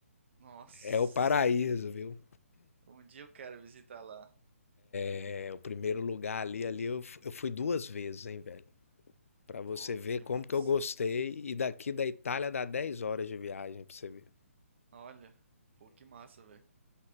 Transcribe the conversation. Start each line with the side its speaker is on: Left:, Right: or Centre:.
Right: nossa,
Left: É o paraíso,
Right: que...
Left: viu?
Right: um dia eu quero visitar lá.
Left: É o primeiro lugar ali, ali eu, eu fui duas vezes, hein, velho? Pra você
Right: Pô,
Left: ver
Right: que
Left: como
Right: massa.
Left: que eu gostei. E daqui da Itália dá 10 horas de viagem pra você ver.
Right: Olha, pô, que massa, velho.